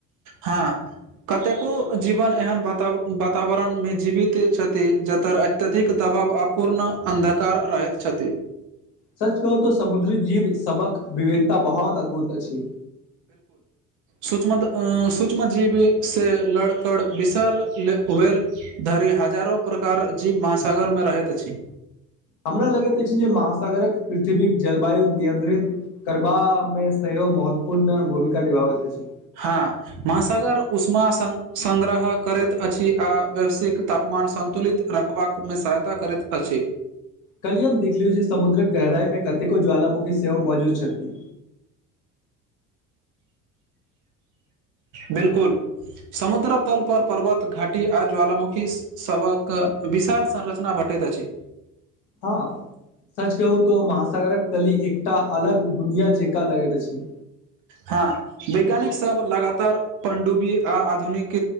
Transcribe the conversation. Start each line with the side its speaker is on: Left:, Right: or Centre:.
Right: हँ कतेको जीवन एहन वाता वातावरण मे जीवित छथि जत अत्यधिक द बाब अपूर्ण अन्धकार रहैत छथि
Left: सच कहू तो समुद्री जीव सबक विवेक त बहुत अद्भुत अछि
Right: सूचमत अ सूक्ष्मत जीवी से लड़कर विशाल वेल धरि हजारो प्रकार जीव महासागरमे रहैत अछि
Left: हमरा लगैत अछि जे महासागरक पृथ्वीक जलवायु नियंत्रित करबामे से महत्वपूर्ण भूमिका निभाबैत अछि छी
Right: हँ महासागर उषमा संग संग्रह करैत अछि आ वैश्विक तापमान मान सन्तुलित रखबाकमे सहायता करैत अछि
Left: कलयुग देखलियौ जे समुद्रक गहराई में कतेको ज्वालामुखी सेहोव मौजूद छै <inaudible>
Right: बिल्कुल समुद्र तल पर पर्वत घाटी आ ज्वालामुखी सभक विशाल संरचना भट पटैत अछि
Left: हँ सच कहू तऽ महासागरक तली एकटा अलग दुनिया जेका लगैत अछि
Right: हँ वैज्ञानिक सब लगातार पणडुबी आ आधुनिक